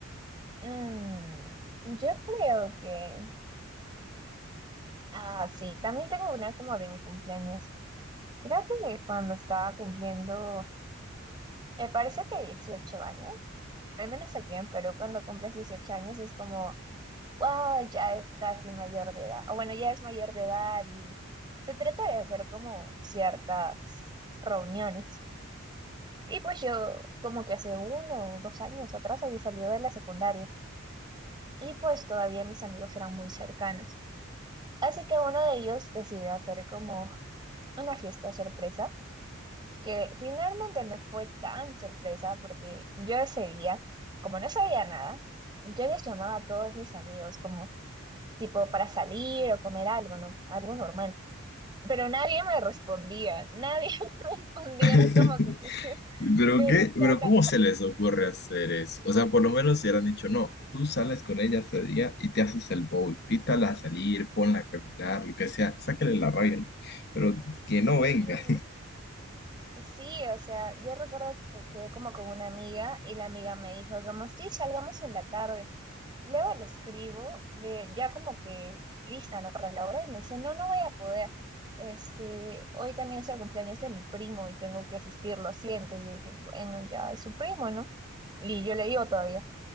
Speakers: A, on the right; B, on the left.
A: Mm, yo creo que... Ah, sí, también tengo una como de mi cumpleaños. Creo que cuando estaba cumpliendo, me parece que 18 años, al menos aquí en Perú, cuando cumples 18 años es como wow, ya es casi mayor de edad, o bueno, ya es mayor de edad y se trata de hacer como ciertas reuniones. Y pues yo como que hace uno o dos años atrás había salido de la secundaria y pues todavía mis amigos eran muy cercanos. Así que uno de ellos decidió hacer como una fiesta sorpresa, que finalmente no fue tan sorpresa porque yo ese día, como no sabía nada, yo les llamaba a todos mis amigos como... tipo para salir o comer algo, ¿no? Algo normal. Pero nadie me respondía, nadie <laughs> me respondía,
B: <laughs>
A: era como que sí, sí,
B: ¿Pero
A: que
B: qué?
A: sí,
B: ¿Pero
A: sola.
B: cómo se les ocurre hacer eso? O sea, por lo menos si hubieran dicho, no, tú sales con ella ese día y te haces el bobo, invítala a salir, ponla a caminar, lo que sea, sácale la rabia, lo- pero que no
A: sí,
B: venga.
A: sí, o sea, yo recuerdo que quedé como con una amiga y la amiga me dijo como, sí, salgamos en la tarde. Luego le escribo, de, ya como que lista, ¿no? Para la hora y me dice, no, no voy a poder. Este, hoy también es el cumpleaños de mi primo y tengo que asistir, lo siento. Y yo dije, bueno, ya es su primo, ¿no? Y yo le digo todavía.